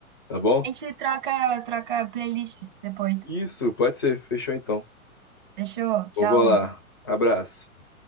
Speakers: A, on the left; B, on the right.
A: Tá bom?
B: A gente troca, troca a playlist depois.
A: Isso, pode ser. Fechou então.
B: Fechou? Tchauzinho.
A: Eu vou lá. Abraço.